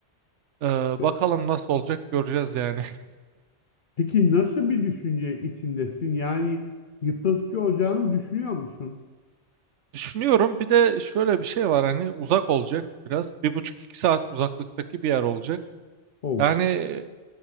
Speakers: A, on the right; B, on the left.
A: E,
B: E,
A: bakalım nasıl olacak göreceğiz yani.
B: Peki nasıl bir düşünce içindesin? Yani yıpratıcı olacağını düşünüyor musun?
A: <laughs> Düşünüyorum bir de şöyle bir şey var hani uzak olacak biraz. Bir buçuk iki saat uzaklıktaki bir yer olacak.
B: Ol.
A: Yani